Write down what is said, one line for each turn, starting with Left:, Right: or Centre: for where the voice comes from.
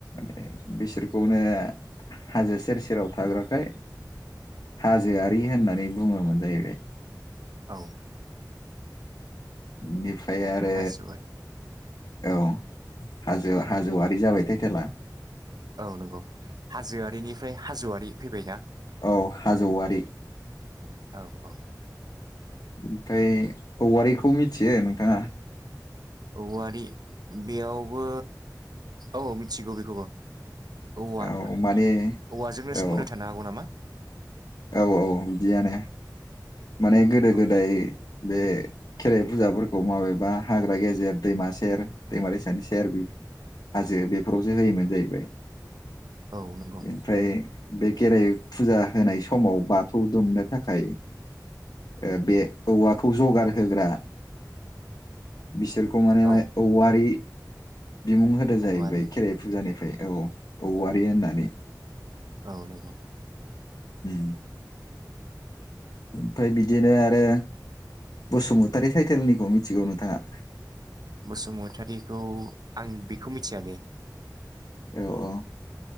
Left: बे बिसोरखौनो ओ हाजो सेर सेराव थाग्राखाय हाज जोआरि होननानै बुङोमोन जाहैबाय।
Right: औ
Left: बिफ्राय आरो
Right: हाजोआरि
Left: औ हाजो हाजौवारि जाबाय टाइटेला
Right: औ नंगौ हाजोआरिनिफ्राय हाज'आरि फैबायना?
Left: औ हाज'वारि
Right: औ औ
Left: ओमफ्राय औवारिखौ मिथियो नोंथाङा?
Right: औवारि बेयावबो औ मिथिगौ बेखौबो औवा
Left: औ माने
Right: औवाजोंनो
Left: औ
Right: सोमोन्दो थानो हागौ नामा?
Left: औ औ बिदियानो माने गोदो गोदाय
Right: औ
Left: बे खेराइ फुजाफोरखौ माबेबा हाग्रा गेजेर दैमा सेर दैमा दैसानि सेर बि हाजो बेफोरावसो होयोमोन जाहैबाय।
Right: औ नंगौ
Left: बेनिफ्राय बे खेराइ फुजा होनाय स समाव बाथौ दुमनो थाखाय ओ बे औवाखौ जगार होग्रा बिसोरखौ माने माने
Right: औ
Left: औवारि बिमुं होदो जाहैबाय
Right: औवारि
Left: खेराइ फुजानिफ्राय औ औवारि होननानै
Right: औ नंगौ
Left: उम ओमफ्राय बिदिनो आरो बसुमतारि टाइटेलनिखौ मिथिगौ नोंथाङा?
Right: बसुमतारिखौ आं बेखौ मिथिया दे
Left: औ अ